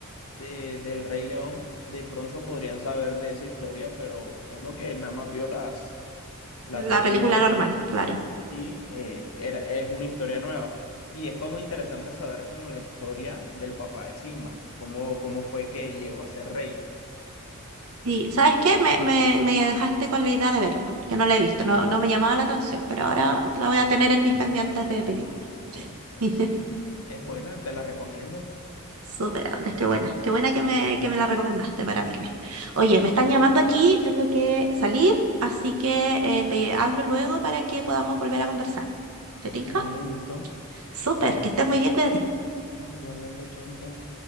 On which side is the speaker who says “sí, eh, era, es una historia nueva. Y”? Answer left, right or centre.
Left